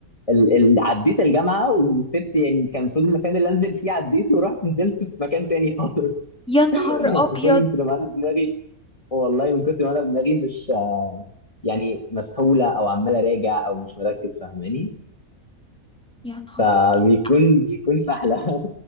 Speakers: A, on the left; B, in the centre.
A: ال- ال- عديت الجامعه وسبت يعني كان المفروض المكان اللي انزل فيه عديته ورحت نزلت في مكان تاني خالص
B: يا نهار
A: <laughs>
B: أبيض
A: كل ما انا دماغي والله من كتر ما انا دماغي مش آه، يعني مسحوله او عمال اراجع او مش مركز فاهماني
B: يا نهار
A: آه،
B: أبيض.
A: بيكون بيكون سحله